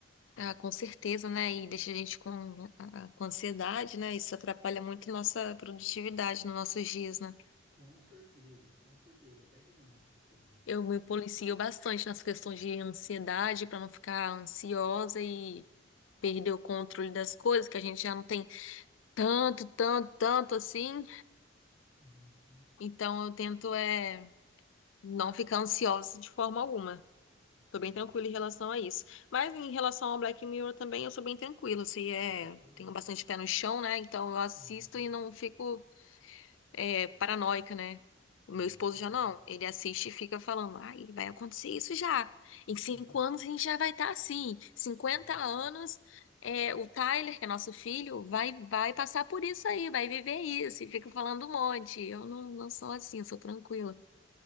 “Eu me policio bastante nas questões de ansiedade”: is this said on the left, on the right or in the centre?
Left